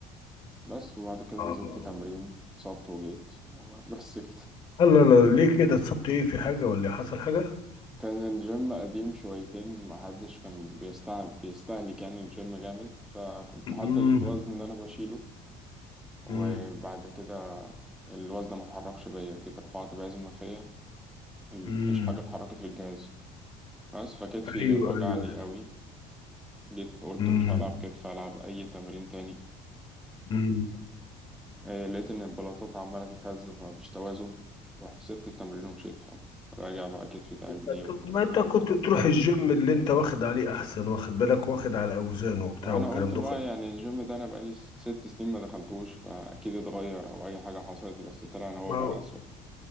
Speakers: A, in the centre; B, on the left (about 35°).
A: بس وبعد كده
B: آه
A: نزلت تمرين اتصبت وجيت <laughs> بس كده
B: الله لا ليه كده اتصبت إيه في حاجة ولا حصل حاجة؟
A: كان الجيم قديم شويتين محدش كان بيستعب بيستهلك يعني الجيم جامد فكنت حاطط
B: مم.
A: الوزن اللي انا بشيله وبعد
B: مم.
A: كده الوزن ما اتحركش بيا جيت رفعت بعزم ما فيا ال-
B: مم.
A: مفيش حاجة اتحركت في الجهاز بس فكتفي
B: أيوه
A: وجعني
B: أيوه أيوه
A: قوي جيت قلت
B: مم.
A: مش هلعب كتف هلعب اي تمرين تاني
B: مم.
A: آه، لقيت ان البلاطات عمالة تتهز فمفيش توازن رحت سبت التمرين ومشيت فاهم راجع بقى كتفي تعبني
B: أيوه
A: وانت
B: طب ما أنت كنت تروح الجيم اللي أنت واخد عليه أحسن واخد بالك واخد على أوزانه وبتاع
A: ما
B: والكلام
A: انا قلت
B: ده
A: بقى يعني الجيم ده انا بقالي ست ست سنين ما دخلتوش فاكيد اتغير او اي حاجه حصلت بس طلع ان هو
B: ما
A: بقى اسوأ